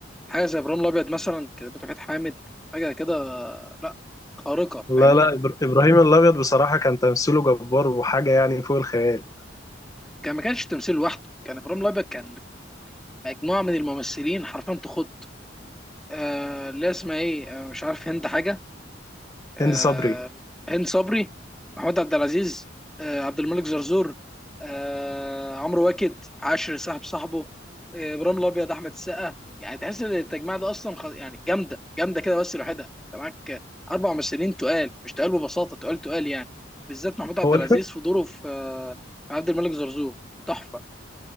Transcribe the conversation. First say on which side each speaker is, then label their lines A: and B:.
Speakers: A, in the centre; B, on the left.
A: حاجه زي ابراهيم الابيض مثلا كتابته وحيد حامد حاجه كده آه، لا خارقه
B: لا
A: فاهمني
B: لا إبر... ابراهيم الابيض بصراحة كان تمثيله جبار وحاجة يعني فوق الخيال
A: كان ما كانش تمثيل لوحده كان ابراهيم الابيض كان مجموعه من الممثلين حرفيا تخض آه لا اسمها ايه آه مش عارف هند حاجه آه،
B: هندي صبري
A: هند صبري محمود عبد العزيز آه، عبد الملك زرزور آه، عمرو واكد عاشر صاحب صاحبه آه، ابراهيم الابيض احمد السقا يعني تحس ان التجميع ده اصلا خ... يعني جامده جامده كده بس لوحدها انت معاك اربع ممثلين تقال مش تقال ببساطه تقال تقال يعني بالذات محمود عبد
B: هو
A: العزيز
B: الف...
A: في دوره في آه، في عبد الملك زرزور تحفه